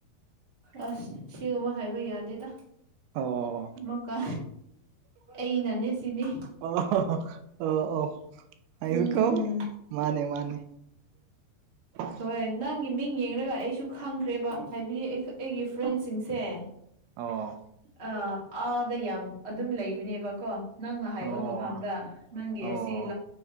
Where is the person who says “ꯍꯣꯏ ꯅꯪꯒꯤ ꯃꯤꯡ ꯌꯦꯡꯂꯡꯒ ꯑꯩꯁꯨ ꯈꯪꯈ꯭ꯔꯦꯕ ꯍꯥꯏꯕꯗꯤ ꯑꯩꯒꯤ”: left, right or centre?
Right